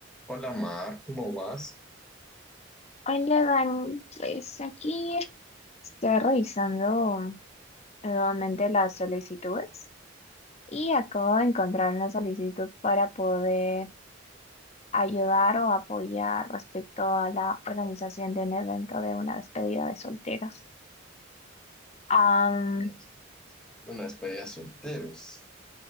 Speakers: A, in the centre; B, on the left (about 30°).
A: Hola Mar, ¿cómo vas?
B: Hola, Dan. Pues aquí estoy revisando nuevamente las solicitudes y acabo de encontrar una solicitud para poder ayudar o apoyar respecto a la organización de un evento de una despedida de solteros. Am,
A: <laughs> Unas, unas payas solteros.